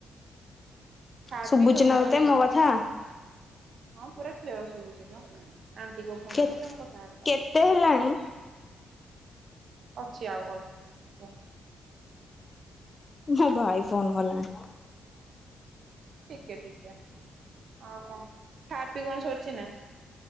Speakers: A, on the right (about 65°); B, on the left (about 30°).
A: ଖା
B: ଶୁଭୁଚି
A: ପି ସବୁ
B: ନା
A: ସରିଚି।
B: ତତେ ମୋ କଥା?
A: ହଁ ପୁରା କ୍ଲିୟର ଶୁଭୁଛିଲୋ। ଆଣ୍ଟିଙ୍କ ଫୋନରେ
B: କେ
A: ତମେ କଥାବାର୍ତା
B: କେତେ
A: କଲେ
B: ହେଲାଣି
A: ଭଲ। ଅଛି ଆଉ ଅଛି କୁହ।
B: ମୋ ଭାଇ ଫୋନ କଲାଣି।
A: ଟିକେ ଟିକେ ଆଉ କଣ ଖାଇବା ପିଇବା ସରିଛି ନା?